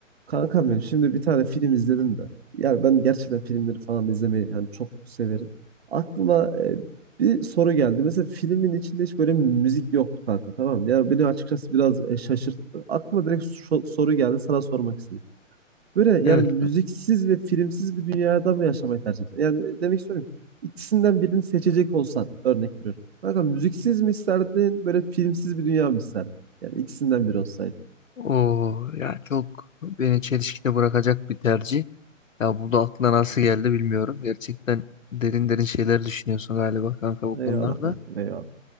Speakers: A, on the right; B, on the left.
A: Kankam benim şimdi bir tane film izledim de. Yani ben gerçekten filmleri falan da izlemeyi yani çok severim. Aklıma e, bir soru geldi. Mesela filmin içinde hiç böyle müzik yoktu kanka tamam mı? Yani beni açıkçası biraz e, şaşırttı. Aklıma direkt şu- soru geldi sana sormak istedim. Böyle
B: Evet.
A: yani müziksiz ve filmsiz bir dünyada mı yaşamayı tercih eder? Yani demek istiyorum ki ikisinden birini seçecek olsan örnek veriyorum. Kanka müziksiz mi isterdin böyle filmsiz bir dünya mı isterdin? Yani ikisinden biri olsaydı.
B: O ya çok beni çelişkide bırakacak bir tercih. Ya bu da aklına nasıl geldi bilmiyorum. Gerçekten derin derin şeyler düşünüyorsun galiba kanka bu konularda.
A: Eyvallah kankam eyvallah.